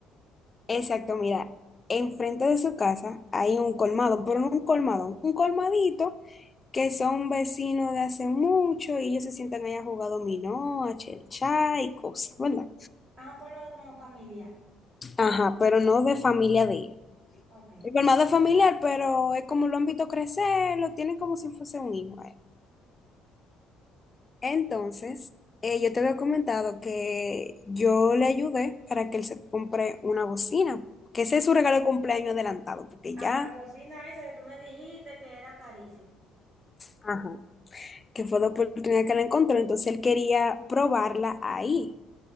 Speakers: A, on the left; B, on the right.
A: Exacto, mira, enfrente de su casa hay un colmado, pero no un colmado, un colmadito que son vecinos de hace mucho y ellos se sientan allá a jugar dominó, a chelcha y cosas, ¿verdad?
B: Ajá, un colmado como familiar.
A: Ajá, pero no de familia de él.
B: Ok.
A: El colmado es familiar, pero es como lo han visto crecer, lo tienen como si fuese un hijo a él. Entonces, eh, yo te había comentado que yo le ayudé para que él se compre una bocina, que ese es su regalo de cumpleaños adelantado, porque
B: Ajá,
A: ya...
B: la bocina esa que tú me dijiste que era carísima.
A: Ajá. que fue la oportunidad que la encontró, entonces él quería probarla ahí.